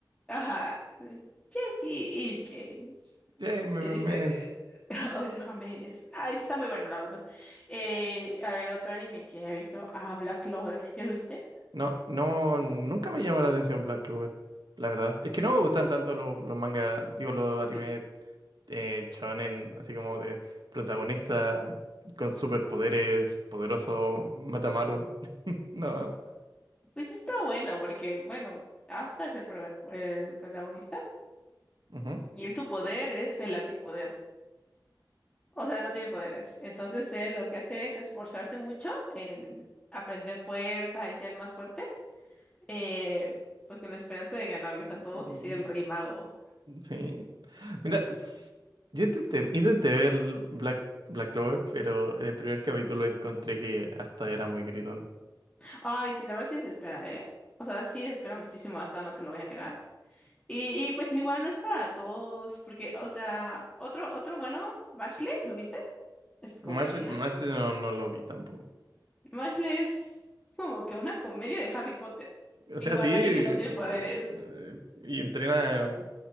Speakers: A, on the left; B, on the right.
A: ajá, eh, Jesse y James.
B: James me-
A: Y dice,
B: me
A: eh,
B: es-
A: <laughs> oh, ese James. Ah, ese está muy bueno, la verdad. Eh, a ver, otro anime que he visto, ah, Black Clover. ¿Ya lo viste?
B: No, no, nunca me llamó la atención Black Clover, la verdad. Es que
A: Yo-
B: no me gustan tanto los, los mangas, digo, los animes
A: l-
B: eh, shonen, así como de protagonista con superpoderes, poderoso Matamaru. No.
A: pues está bueno porque, bueno, Asta es el, proga- el protagonista
B: Ujú.
A: y él su poder es el antipoder. O sea, no tiene poderes. Entonces él lo que hace es esforzarse mucho en aprender fuerza y ser el más fuerte, eh, pues con la esperanza de ganarles a todos
B: Mm,
A: y ser el rey mago.
B: Sí. Mira, s- yo intenté, intenté ver Black, Black Clover, pero en el primer capítulo encontré que hasta era muy gritón.
A: Ay, sí, la verdad sí se espera ¿eh? O sea, sí se espera muchísimo, hasta no te lo voy a negar. Y, y pues igual no es para todos, porque, o sea, otro, otro bueno, Bashley, ¿lo viste? Es comedia.
B: Mash, Mash no, no lo vi tampoco.
A: Bashley es como que una comedia de Harry Potter.
B: O
A: Igual
B: sea, sí,
A: alguien
B: eh,
A: que no tiene poderes.
B: y entrena